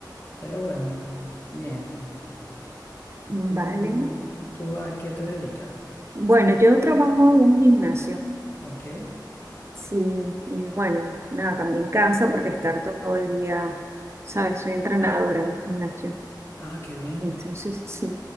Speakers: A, on the left (about 30°); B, on the right (about 35°).
A: Pero bueno, bien.
B: Vale.
A: ¿Tú, tú a qué te dedicas?
B: Bueno, yo trabajo en un gimnasio.
A: Ah, Ok.
B: Sí, y bueno, nada, también cansa porque estar todo el día, ¿sabes? Soy entrenadora en gimnasio,
A: Ah, qué bien.
B: entonces sí,